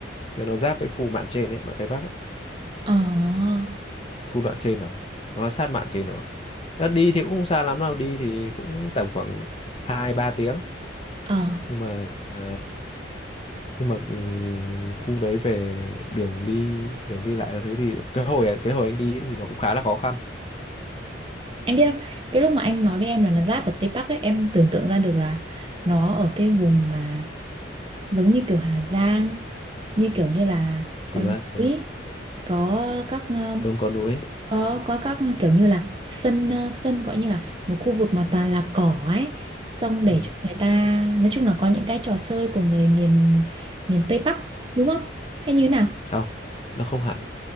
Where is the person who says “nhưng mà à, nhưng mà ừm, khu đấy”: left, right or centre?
Left